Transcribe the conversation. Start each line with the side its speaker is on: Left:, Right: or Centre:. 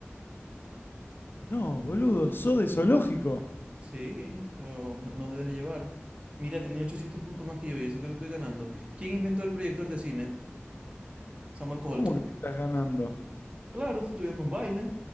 Left: No, boludo, sos de zoológico.
Right: Sí, pero m- no me dejé llevar. Mira, tenía 800 puntos más que yo y eso que te estoy ganando. ¿Quién inventó el proyector de cine? Samuel Colt.
Left: ¿Cómo que me estás ganando?
Right: Claro, te estoy dando un baile.